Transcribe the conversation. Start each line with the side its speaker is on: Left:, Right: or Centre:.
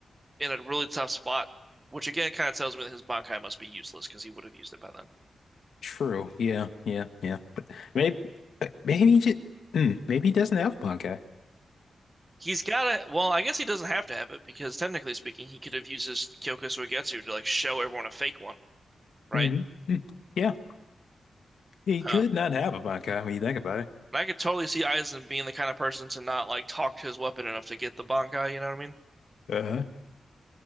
Right: in a really tough spot, which again kind of tells me that his Bankai must be useless because he would have used it by then.
Left: True. Yeah. Yeah. Yeah. But maybe, maybe he just, mm, maybe he doesn't have punk
Right: He's got it. Well, I guess he doesn't have to have it because technically speaking, he could have used his Kyoko Suigetsu to like show everyone a fake one, right?
Left: hmm Yeah, he
Right: Huh.
Left: could not have a bankai when you think about it.
Right: And I could totally see Eisen being the kind of person to not like talk to his weapon enough to get the Bankai. You know what I mean?
Left: Uh-huh.